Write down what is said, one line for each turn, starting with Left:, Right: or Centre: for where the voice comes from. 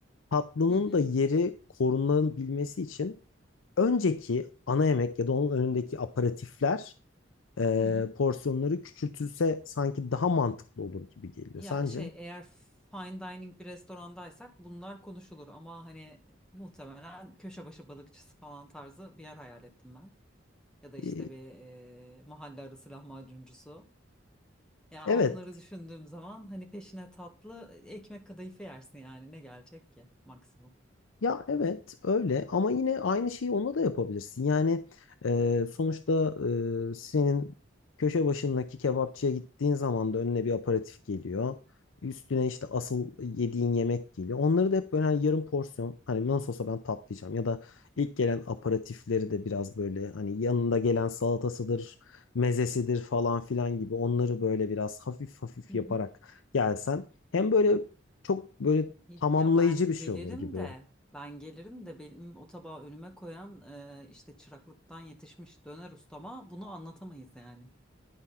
Left: tatlının
Centre: Hı hı.
Left: da yeri korunabilmesi için önceki ana yemek ya da onun önündeki aperatifler e,
Centre: Hı hı.
Left: porsiyonları küçültülse sanki daha mantıklı olur gibi geliyor.
Centre: Ya
Left: Sence?
Centre: şey eğer fine dining bir restorandaysak bunlar konuşulur ama hani muhtemelen köşe başı balıkçısı falan tarzı bir yer hayal ettim ben. Ya da işte
Left: E,
Centre: bir e, mahalle arası lahmacuncusu. Ya
Left: Evet
Centre: onları düşündüğüm zaman hani peşine tatlı ekmek kadayıfı yersin yani ne gelecek ki maksimum.
Left: Ya evet öyle ama yine aynı şeyi onunla da yapabilirsin. Yani e, sonuçta e, senin köşe başındaki kebapçıya gittiğin zaman da önüne bir aperatif geliyor. Üstüne işte asıl yediğin yemek geliyor. Onları da hep böyle hani yarım porsiyon hani nasıl olsa ben tatlayacağım ya da ilk gelen aperatifleri de biraz böyle hani yanında gelen salatasıdır, mezesidir falan filan gibi onları böyle biraz hafif hafif
Centre: Hı
Left: yaparak
Centre: hı.
Left: gelsen hem böyle çok böyle
Centre: Ya
Left: tamamlayıcı
Centre: ben
Left: bir şey
Centre: gelirim
Left: olur gibi.
Centre: de ben gelirim de benim o tabağı önüme koyan e, işte çıraklıktan yetişmiş döner ustama bunu anlatamayız yani.